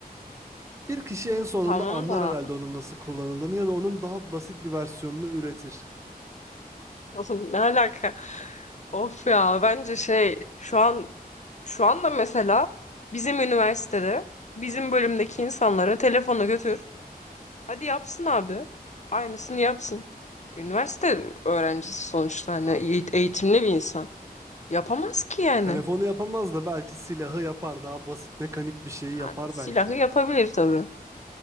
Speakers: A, on the right; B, on the left.
A: Bir kişi en sonunda
B: Tamam
A: anlar
B: da
A: herhalde onun nasıl kullanıldığını ya da onun daha basit bir versiyonunu üretir.
B: <laughs> nasıl ne alaka? Of ya bence şey şu an şu anda mesela bizim üniversitede bizim bölümdeki insanlara telefonu götür. Hadi yapsın abi. Aynısını yapsın. Üniversite öğrencisi sonuçta hani
A: Abi
B: eğit- eğitimli bir insan. Yapamaz ki yani.
A: telefonu yapamaz da belki silahı yapar, daha basit mekanik bir şeyi
B: Yani
A: yapar
B: silahı
A: belki.
B: yapabilir tabii.